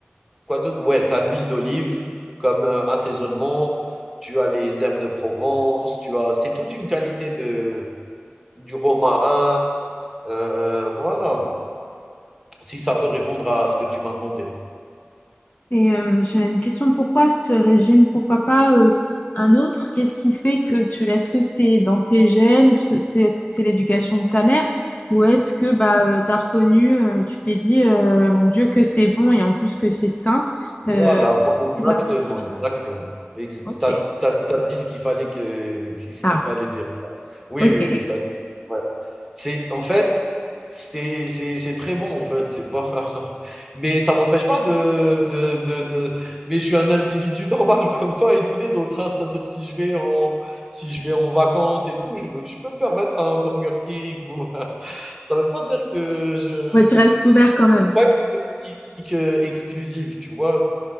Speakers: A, in the centre; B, on the left (about 40°).
A: quoi d'autre? Ouais, tu as l'huile d'olive comme euh, assaisonnement. Tu as les herbes de Provence. Tu as, c'est toute une qualité de, du romarin. Euh, euh, voilà, si ça peut répondre à ce que tu m'as demandé.
B: Et euh, j'ai une question. Pourquoi ce régime? Pourquoi pas euh, un autre? Qu'est-ce qui fait que tu... Est-ce que c'est dans tes gènes? Ou est-ce que c'est est-ce que c'est l'éducation de ta mère? Ou est-ce que bah, euh, t'as reconnu, euh, tu t'es dit, euh, mon Dieu, que c'est bon et en plus que c'est sain,
A: Voilà,
B: euh,
A: vo- exactement,
B: de l'intégrer dans
A: exactement.
B: ma vie.
A: Ex-
B: Ok.
A: T'as, t'as- t'as dit ce qu'il fallait que, ce
B: Ah,
A: qu'il fallait dire. Oui,
B: ok.
A: oui, oui. t'as- ouais. C'est en fait, c'est c'est- c'est très bon en fait, c'est pas. <laughs> Mais ça m'empêche pas de, de, de, de- Mais je suis un individu normal <laughs> comme toi et tous les autres. hein. C'est-à-dire si je vais en si je vais en vacances et tout, je, me- je peux me permettre un Burger King ou. <laughs> Ça veut pas dire que je.
B: Ouais, tu restes ouvert quand même.
A: C'est pas une politique euh, exclusive, tu vois.